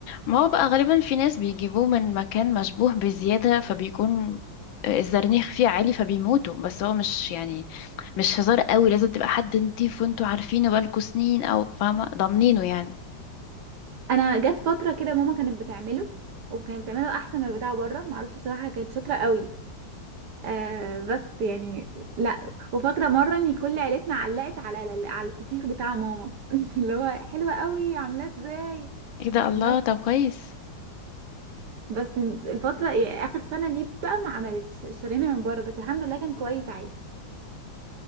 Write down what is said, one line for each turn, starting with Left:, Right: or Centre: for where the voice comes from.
Left: ما هو بقى غالبا في ناس بيجيبوه من مكان مشبوه بزيادة فبيكون آه، الزرنيخ فيه عالي فبيموتوا بس هو مش يعني مش هزار قوي لازم تبقى حد نضيف وانتوا عارفينه بقالكوا سنين او فاهمة ضامنينه يعني
Right: انا جت فترة كده ماما كانت بتعمله وكانت بتعمله احسن من بتاع بره معرفش بصراحة كانت شاطرة قوي آه بس يعني لا وفاكرة مرة ان كل عيلتنا علقت على على الفسيخ بتاع ماما <laughs> اللي هو حلوة قوي عاملاه ازاي
Left: ايه ده الله
Right: بس
Left: طب كويس
Right: بس الفترة يعني آخر سنة دي بقى ما عملتش اشترينا من بره بس الحمد لله كان كويس عادي